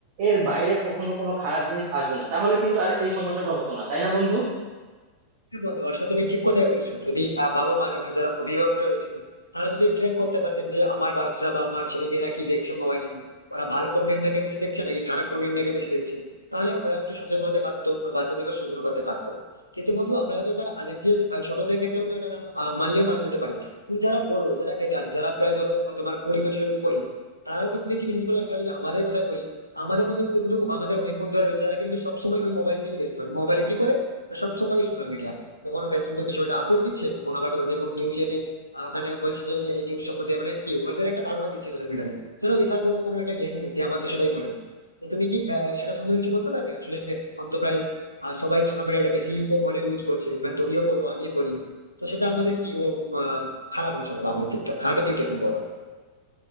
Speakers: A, on the right; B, on the left.
A: এর বাইরে কখনো কোনো খারাপ জিনিস আসবে না তাহলে কিন্তু আর এই সমস্যাটা হতো না তাই না বন্ধু
B: হ্যাঁ বন্ধু আসলে তুমি ঠিক কথাই বলেছো যদি আহ, বাবা মারা মানে যারা অভিভাবকরা রয়েছেন তারা যদি ট্র্যাক করতে পারতেন যে আমার বাচ্চা বা আমার ছেলে মেয়েরা কি দেখছে মোবাইলে ওরা ভালো কন্টেন্টটাকে বেশি দেখছে নাকি খারাপ কন্টেন্টটাকে বেশি দেখছে তাহলে ওরা একটু সচেতন হতে পারতো ওর বাচ্চাদেরকে সচেতন করতে পারতো কিন্তু বন্ধু আমরা হয়তো এটা দেখছি যে, আহ, ছোটদের ক্ষেত্রেও তো এটা আহ, মানলেও মানা যেতে পারে কিন্তু যারা বড় যারা এডাল্ট যারা প্রায় ধরো আহ, তোমার কুড়ি বছরের উপরে তারাও কিন্তু দেখছি বিশেষ করে আমরা যদি আমাদের কথাই বলি আমাদের মধ্যে কিন্তু আমাদের অনেক বন্ধুরা রয়েছে যারা কিন্তু সবসময় ওই মোবাইল নিয়ে ব্যস্ত মোবাইলে কি করে সবসময় সোশ্যাল মিডিয়া কখনো ফেসবুকে কিছু একটা আপলোড দিচ্ছে কখনো আবার কোথা থেকে কোনো নিউজ এনে আহ, ওখানে বলছে যে এই নিউজ সম্বন্ধে মানে কি ওদের একটা ধারণা দিচ্ছে সোশ্যাল মিডিয়াতে শোনো বিশাল বড় কোনো একটা জ্ঞানী ব্যক্তি আমার তো সেটাই মনে হয় তো তুমি কি আহ, সেটা সম্বন্ধে কিছু বলতে পারবে আসলে এখন তো প্রায় আহ, সবাই সোশ্যাল মিডিয়াটা বেশি কম হলেও ইউজ করছে ইভেন তুমিও করো আমিও করি তো সেটা আমাদের কি রকম, আহ, খারাপ হচ্ছে বলো আমাদের দিকটা খারাপের দিকটা তুমি বলো